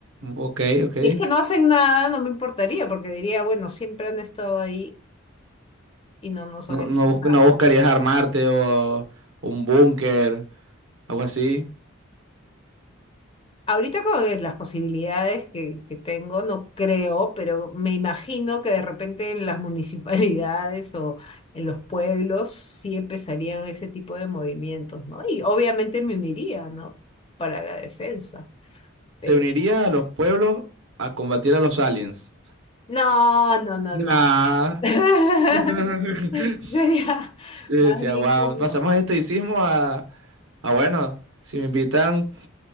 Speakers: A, on the right; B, on the left.
A: Ok, ok.
B: Y es que no hacen nada, no me importaría, porque diría, bueno, siempre han estado ahí y no nos
A: No,
B: han hecho
A: no, bus-
B: nada.
A: no buscarías armarte o un búnker, algo así.
B: Ahorita con eh, las posibilidades que, que tengo, no creo, pero me imagino que de repente en las <laughs> municipalidades o en los pueblos sí empezarían ese tipo de movimientos, ¿no? Y obviamente me uniría, ¿no? Para la defensa, pero...
A: Te unirías a los pueblos a combatir a los aliens.
B: No, no, no,
A: Nah.
B: no. <laughs>
A: <laughs>
B: Sería
A: Yo
B: más
A: decía,
B: bien
A: wow,
B: como...
A: pasamos de estoicismo a, a bueno, si me invitan.